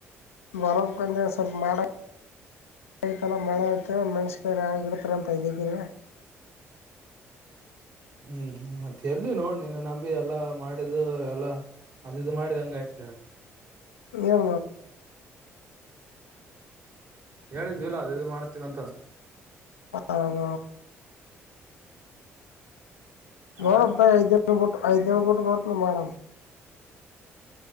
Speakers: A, on the left; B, on the right.
A: ಬರವಕಂದ ಸ್ವಲ್ಪ ಮಾಡಡ. ತಲ್ಲ ಮಳೆ ಆ್ತ ಮೆಣಸಕ ಹಾಗಿಡತಾರೆಂತ ಇದಕ್ಕಿ.
B: ಹ್ಮ್ ಮತ್ತೆ ಎಲ್ಲಿ ನೋಡ್ ನೀನ್ ನಂಬಿ ಎಲ್ಲಾ ಮಾಡಿದ್ದು ಎಲ್ಲಾ. ಅದ ಇದು ಮಾಡ್ ಹಂಗ ಆಯ್ತನ.
A: ಹು.
B: ಹೇಳಿದ್ವಿ ಇಲ್ಲ ಅದ ಇದು ಮಾಡ್ತೀವಂತಂತ.
A: ಹೌದ. ನೋಡಕ್
B: ಆ
A: ಐದ ಬಿ ಐದ್ಿನ ಬಿಟ್ಟ ಬರ್ತ ಮಾಡ.